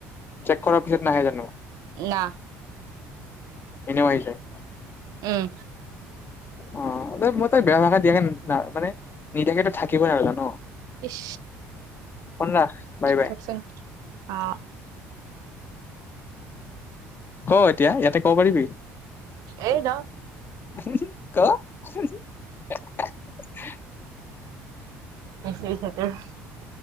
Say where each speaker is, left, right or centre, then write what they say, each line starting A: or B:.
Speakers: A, on the left; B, on the right.
A: চেক কৰাৰ পিছত নাহে জানো
B: না
A: এনেও আহি যায়
B: উম
A: অ মই তই বেয়া ভষাত দিয়াকে ন মানে নিদায়াকেতো থাকিবই নোৱাৰো জান
B: ইচ
A: ফোন ৰাখ বাই
B: চুপ
A: বাই
B: থাকচোন অ'
A: অ এতিয়া ইয়াতে কব পাৰিবি
B: এই ৰ
A: হুহু ক হু হু হে হে
B: নিশ্চয় আছে তোৰ